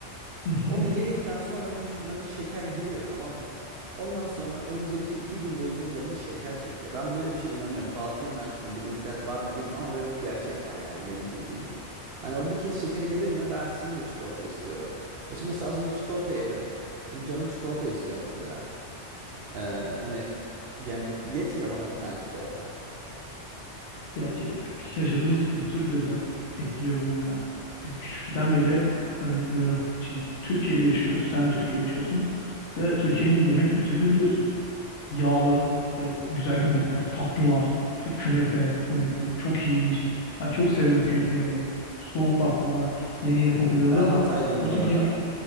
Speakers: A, on the left; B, on the right.
A: <laughs>
B: Onu yedikten sonra vücuduna bir şeker giriyor tamam mı? Ondan sonra önümüzdeki iki gün boyunca canın şeker çekiyor. Ben böyle bir şey inanıyorum. Batıl inanç mı, bilimsel var mı bilmiyorum ama böyle bir gerçek var yani benim bildiğim. Yani o bir kez şekeri yedin mi ben ertesi gün de çikolata istiyorum. Ya şimdi mesela az önce çikolata yedim. Şimdi canım çikolata istiyor mesela. Ee, hani yani yetmiyor bana bir tane çikolata.
A: Ya ke- yaşadığımız kültür de biraz etkiliyor buna ya. Biz küçüklükten beri örnek veriyorum. Şimdi Türkiye'de yaşıyoruz. Sen de Türkiye'de yaşıyorsun. Ve Türkiye'nin yemek kültürünü biliyorsun. Yağlı ve güzel yemekler, tatlılar, ya künefe örnek veriyorum. Çok iyi bir yiyecek. Ben çok severim künefe yemeği. Soğuk baklava yeni yeni popüler oluyor
B: Ben
A: ama
B: Hataylıyım
A: bu
B: bu
A: tür
B: arada.
A: yemek